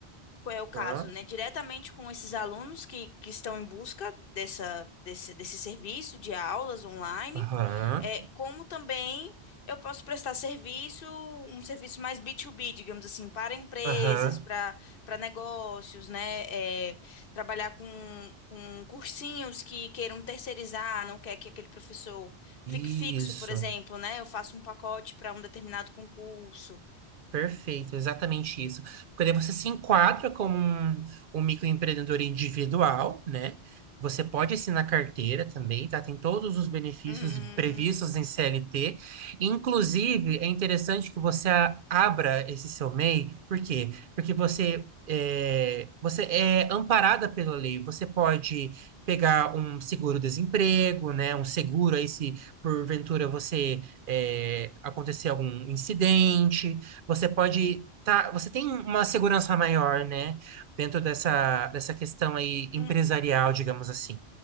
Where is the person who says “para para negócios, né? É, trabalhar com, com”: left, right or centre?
Left